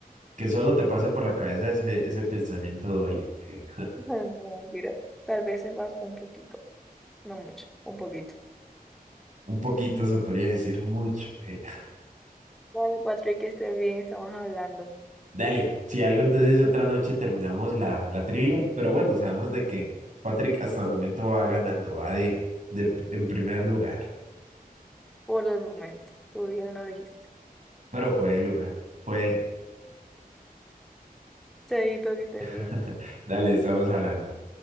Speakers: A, on the right; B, in the centre.
A: Que solo te pase por la cabeza ese, ese pensamiento duele. eh.
B: No, mentira. Tal vez sepas un poquito, no mucho, un poquito.
A: Un poquito se podría decir mucho. eh.
B: Vale, Patrick, que estés bien, estamos hablando
A: Dale, si algo entonces otra noche terminamos la, la trivia, pero bueno, sabemos de que Patrick hasta el momento va ganando, va de, de pr- en primer lugar,
B: por el momento. Tú bien lo dijiste.
A: pero fue de lugar, fue,
B: Chaito, que estés
A: <laughs>
B: bien.
A: dale, estamos hablando.